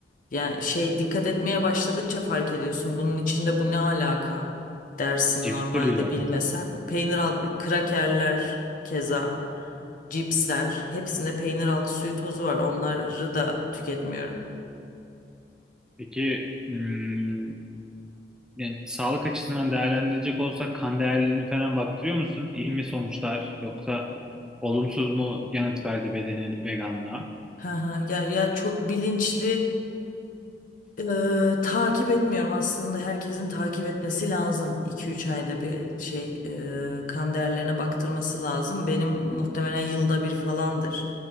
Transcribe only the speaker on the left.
Yani şey dikkat etmeye başladıkça fark ediyorsun. Bunun içinde bu ne alaka dersin
normalde
bilmesen. Peynir alt, krakerler keza, cipsler hepsinde peynir altı suyu tozu var. Onları da tüketmiyorum.
Ha ha ya ya çok bilinçli Eee, takip etmiyorum aslında herkesin takip etmesi lazım. iki üç ayda bir şey eee kan değerlerine baktırması lazım. Benim muhtemelen yılda bir falandır.